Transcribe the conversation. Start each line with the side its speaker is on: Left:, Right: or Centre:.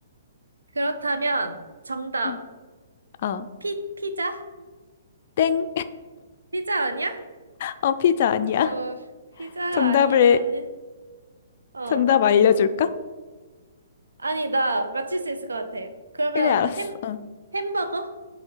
Right: 그렇다면 정답
Left: 음. 어,
Right: 피 피자?
Left: 땡.
Right: 피자 아니야?
Left: <laughs> 어, 피자 아니야.
Right: 어 피자가
Left: 정답을,
Right: 아니면은 어
Left: 정답 알려줄까?
Right: 아니 나 맞출 수 있을 것 같아. 그러면
Left: 그래, 알았어.
Right: 햄
Left: 어.
Right: 햄버거?